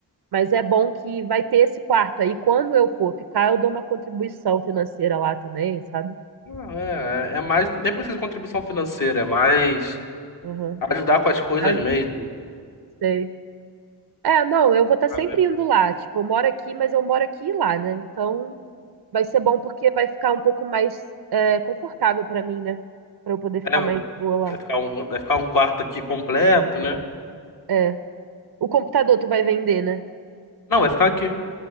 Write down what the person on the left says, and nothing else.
Não, é, é é mais, nem precisa de contribuição financeira, é mais
ajudar com as coisas
mesmo,
sabe?
É, vai
ficar um, vai ficar um quarto aqui completo, né?
Não, vai ficar aqui.